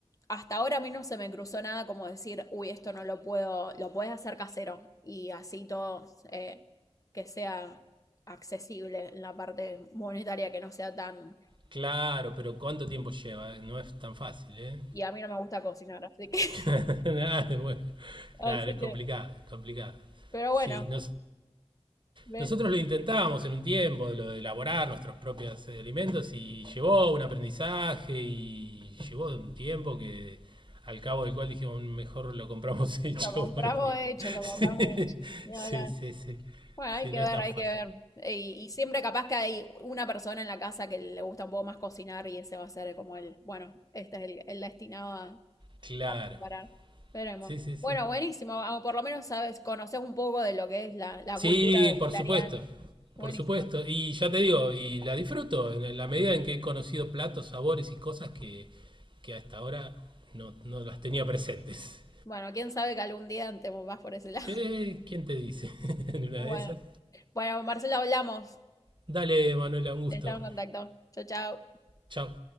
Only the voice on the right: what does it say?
Claro, pero ¿cuánto tiempo lleva? Eh? No es tan fácil, ¿eh?
<laughs> Claro, bueno.
Claro, es
complicado, es complicado.
Sí, no,
Nosotros lo intentábamos en un tiempo, de lo de elaborar nuestros propios eh, alimentos y llevó un aprendizaje y llevó un tiempo que al cabo del cual dijimos mejor lo compramos hecho
porque
<laughs>
sí,
sí,
sí, sí,
Sí,
no
es tan
fácil.
Claro,
sí, sí, sí.
Sí,
por
supuesto,
por supuesto. Y ya te digo, y la disfruto en la medida en que he conocido platos, sabores y cosas que, que hasta ahora no, no las tenía presentes.
Eh,
¿quién te dice? <laughs> en una
de esas.
Dale, Manuela, un gusto.
Chao.